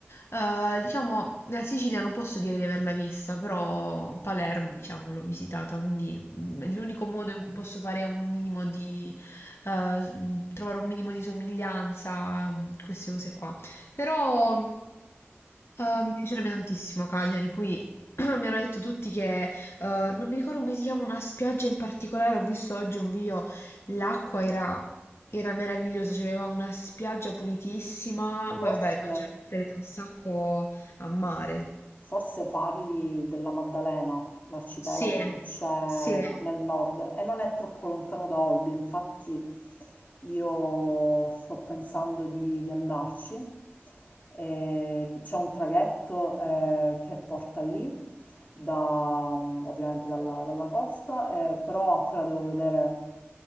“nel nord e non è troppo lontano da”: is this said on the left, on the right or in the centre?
Left